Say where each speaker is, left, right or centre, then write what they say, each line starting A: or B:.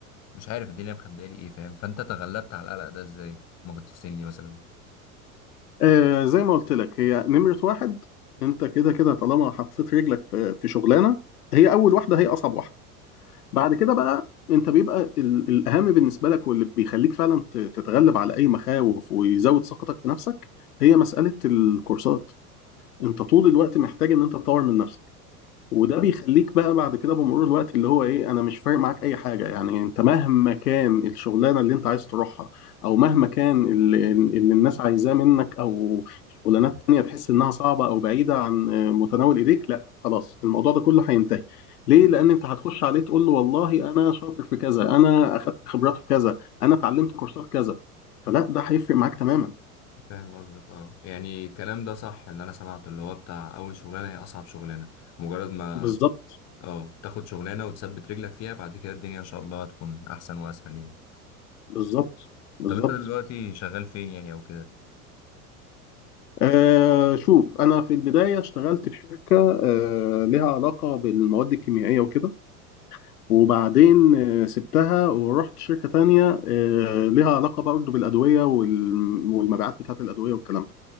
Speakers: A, on the left; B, on the left.
A: مش عارف الدنيا مخبية لي ايه فاهم فانت تغلبت على القلق ده ازاي ما كنت في سني مثلا
B: آه زي ما قلت لك هي نمرة واحد انت كده كده طالما حطيت رجلك في في شغلانة هي أول واحدة هي أصعب واحدة بعد كده بقى انت بيبقى ال- الأهم بالنسبة لك واللي بيخليك فعلا ت- تتغلب على أي مخاوف ويزود ثقتك في نفسك هي مسألة الكورسات انت طول الوقت محتاج ان انت تطور من نفسك وده بيخليك بقى بعد كده بمرور الوقت اللي هو ايه انا مش فارق معاك اي حاجه يعني انت مهما كان الشغلانه اللي انت عايز تروحها او مهما كان اللي, اللي الناس عايزاه منك او شغلانات تانية تحس انها صعبه او بعيده عن آه، متناول ايديك لا خلاص الموضوع ده كله هينتهي ليه لان انت هتخش عليه تقول له والله انا شاطر في كذا انا اخدت خبرات في كذا انا اتعلمت كورسات كذا فلا ده هيفرق معاك تماما
A: فاهم قصدك اه يعني الكلام ده صح ان انا سمعته اللي هو بتاع اول شغلانه هي اصعب شغلانه مجرد ما
B: بالظبط
A: اه تاخد شغلانة وتثبت رجلك فيها بعد كده الدنيا ان شاء الله هتكون احسن واسهل يعني
B: بالظبط بالظبط
A: طب انت دلوقتي شغال فين يعني او كده
B: آه شوف أنا في البداية اشتغلت في شركة آه لها علاقة بالمواد الكيميائية وكده وبعدين آه سبتها ورحت شركة تانية آه لها علاقة برضه بالأدوية وال- والمبيعات بتاعة الأدوية والكلام ده